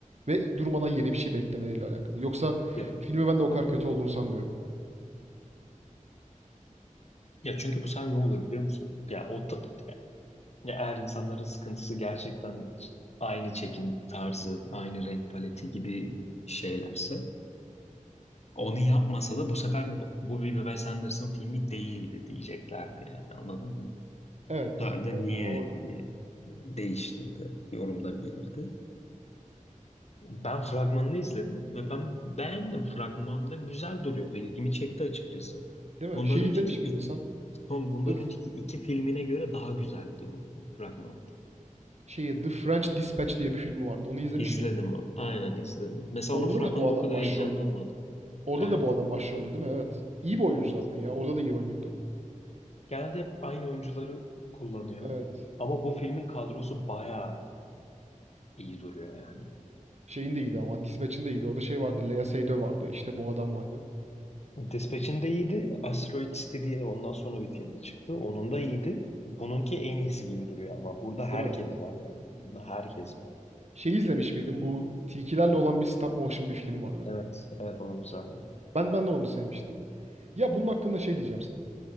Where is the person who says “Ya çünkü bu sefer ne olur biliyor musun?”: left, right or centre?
Left